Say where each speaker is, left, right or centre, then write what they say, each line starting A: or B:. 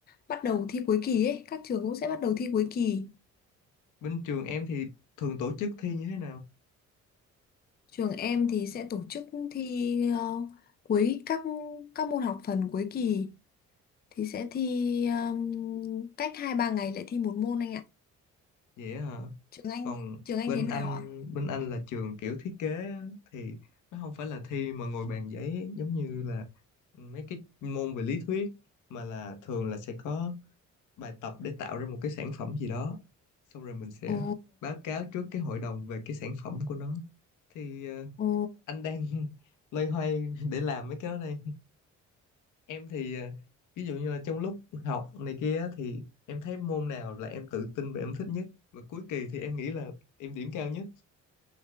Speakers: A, on the left (about 30°); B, on the left (about 85°).
A: bắt đầu thi cuối kỳ ấy, các trường cũng sẽ bắt đầu thi cuối kỳ.
B: Bên trường em thì thường tổ chức thi như thế nào?
A: Trường em thì sẽ tổ chức thi ờ, cuối các các môn học phần cuối kỳ thì sẽ thi ờm, cách 2 3 ngày lại thi một môn anh ạ.
B: Vậy á hả?
A: Trường anh,
B: Còn
A: trường anh
B: bên
A: thế nào
B: anh,
A: ạ?
B: bên anh là trường kiểu thiết kế á, thì nó không phải là thi mà ngồi bàn giấy giống như là mấy cái môn về lý thuyết mà là thường là sẽ có bài tập để tạo ra một cái sản phẩm gì đó. Xong rồi mình sẽ
A: Ồ,
B: báo cáo trước cái hội đồng về cái sản phẩm của nó thì ờ,
A: ồ.
B: anh đang <laughs> loay hoay để làm mấy cái đó đây em thì ờ, ví dụ như là trong lúc học này kia á, thì em thấy môn nào là em tự tin và em thích nhất và cuối kỳ thì em nghĩ là em điểm cao nhất